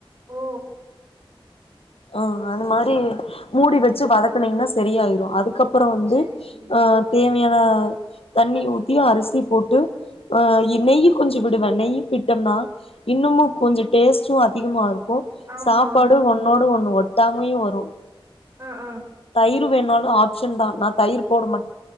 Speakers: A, on the right; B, on the left.
A: ஓ
B: ஆ அது மாரி மூடி வச்சு வதக்கனீங்ன்னா சரியாயிடு அதுக்கப் அப்றோ வந்து
A: செரி செரி
B: ஹ தேமியா அ தண்ணி உ தியா அரிசி போட்டு ஆ இநெய் கொஞ்ச விடுவெ நெய் விட்டம்னா இன்னுமு கொஞ்ச டேஸ்டு அதிகமாருக் ம்
A: ஆமா
B: சாப்பாடு ஒன்னோடு ஒண்ணு ஒட் ட்டாமையு வரு
A: ஆ ஆ
B: தயிர் வேணாலு ஆப்ஷன் தா நா தயிர் போட மாட்